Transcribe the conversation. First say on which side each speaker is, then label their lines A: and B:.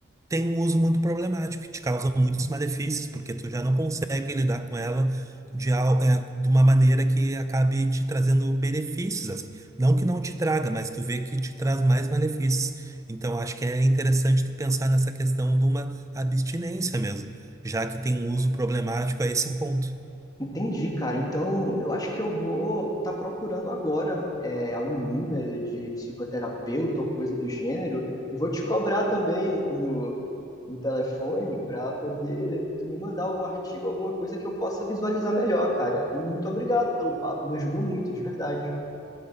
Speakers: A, on the right; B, on the left.
A: tem um uso muito problemático, que te causa muitos malefícios, porque tu já não consegue lidar com ela de, al- é, de uma maneira que acabe te trazendo benefícios, assim. Não que não te traga, mas tu vê que te traz mais malefícios. Então, acho que é interessante tu pensar nessa questão de uma abstinência mesmo, já que tem um uso problemático a esse ponto.
B: Entendi, cara. Então, eu acho que eu vou estar procurando agora é, algum número de psicoterapeuta ou coisa do gênero e vou te cobrar também no, no telefone para poder tu me mandar algum artigo, alguma coisa que eu possa visualizar melhor, cara. E muito obrigado pelo papo, me ajudou muito, de verdade.